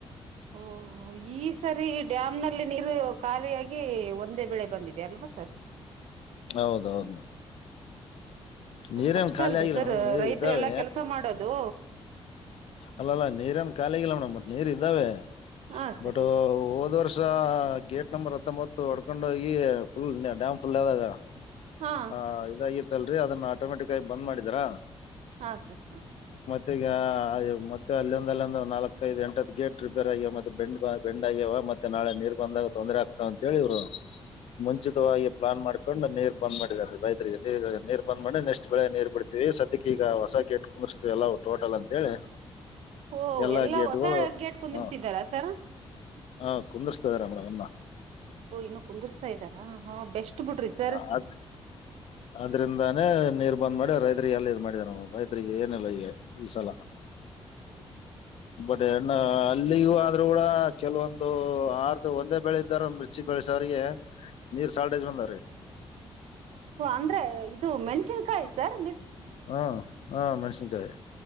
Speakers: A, on the right; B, on the left.
A: ಓಹ ಈ ಸರಿ ಡ್ಯಾಮ್ ನಲ್ಲಿ ನೀರು ಖಾಲಿಯಾಗಿ ಒಂದೇ ಬೆೇಳೆ ಬಂದಿದೆ ಅಲ್ವಾ ಸರ್
B: ಹೌದೌದು ನೀರೇಏನ್
A: ಕಷ್ಟ
B: ಖಾಲಿ
A: ಅಲ್ರಿ
B: ಆಗಿಲ್ಲ
A: ಸರ್
B: ಮೇಡಮ್ ನೀರ್
A: ರೈತರೆಲ್ಲಾ
B: ಇದ್ದಾವೆ
A: ಕೆಲಸ ಮಾಡೋದು
B: ಅಲ್ಲಲ್ಲ ನೀರೇಏನ್ ಖಾಲಿಗಿಲ್ಲ ಮೇಡಮ್ ಬಟ್ ನೀರ್ ಇದ್ದಾವೆ
A: ಹಾ ಸರ್
B: ಬಟ್ ಹೋದ್ ವರ್ಷ ಗೇಟ್ ನಂಬರ್ ಮತ್ತ ಮ ಒಡ್ಕೊಂಡ ಹೋಗಿ ಫುಲ್ ಡ್ಯಾಮ್ ಫುಲ್ ಆದಾಗ
A: ಹಾ
B: ಆ ಇದಾಗಿತ್ತಲ್ಲ ೀ ಅದನ್ನ ಆಟೋಮೆಟಿಕ್ಗಿ ಬಂದ್ ಮಾಡಿದರಾ
A: ಹಾ ಸರ್ ಹಾ ಸ
B: ಮತ್ತ ಈಗ ಮತ್ತೆ ಅಲ್ಲಿೊಂದ ಅಲ್ಲಿೊಂದು ನಾಲ್ಕೈಐದು ಎಂಟ್ ಗೇಟ್ ರಿಪೇರ್ ಆಗ್ಯವ ಮತ್ತೆ ಬೆಂಡ್ ಬೆಂಡ್ ಆಗ್ಯವ ಮತ್ತೆ ನಾಳೆ ನೀರ್ ಬಂದಾಗ ತೊಂದ್ರರೆ ಆಗ್ತಾವ ಅಂತ ಹೇಳಿವ್ರು
A: ಹ
B: ಮುಂಚಿತವಾಗಿ ಪ್ಲಾನ್ ಮಾಡ್ಕೊಂಡು ನೀರ್ ಬಂದ್ ಮಾಡಿದ್ದಾರೆ ರೈತರಿಗೆ ನೀರ್ ನೀರ್ ಬಂದ್ ಮಾಡಿ ನೆಕ್ಸ್ಟ್ ಬೆಳೆ ನೀರ್ ಬಿಡ್ತೀವಿ ಸದ್ಯಕ್ಕೆ ಈಗ ಹೊಸ ಗ ಎಟ್ಟು ಕುರ್್ತೀವಲ್ಲಾ ಟೋಟಲ್ ಅಂತ ಹೇಳಿ
A: ಓ
B: ಎಲ್ಲಾ ಗೇಟ್ಗಳು
A: ಹೊಸ ಗೇಟ್ ಕುಂದ್ರಿಸಿದಾರಾ
B: ಹ
A: ಸರ್
B: ಹ ಕುಂದ್ರ ರ ಮ
A: ಓ ಇನ್ನು ಕುಂದರ್ಸ್ತಾ ಇದ್ದಾರಾ ಹಾ ಬೆಸ್ಟ್ ಬಿಡ್ರಿ ಸರ್
B: ಹ ಅದ್ರಿಂದಾನೇ ನೀರ್ ಬಂದ್ ಮಾಡಿ ರೈತರಿಗೆ ಎಲ್ಲಿ ಇದ್ ಮಾಡಿದಾರ ರೈತ್ರಿಗೆ ಏನೆಲ್ಲ ಈಗ ಈ ಸಲ ಬಟ್ೆ ಅಲ್ಲಿಗೂ ಆದ್ೂ ಕೂಡ ಕೆಲವೊಂದು ಆರ್್ದ ಒಂದೇ ಬೆಳೆ್ದಾರ ಮಿರ್ಚಿ ಬೆಳೆಸವ್ರಿಗೆ ನೀರ್ ಸಲ್ಟೇಜ್ ಬಂದಾರೀ
A: ಓ ಅಂದ್ರೆ ಇದು ಮೆಣ್ಸಿನ್ಕಾಯಿ ಸರ್ರ್
B: ಹಾ ಹಾ ಮೆಣಸನ್ಕಾಯಿ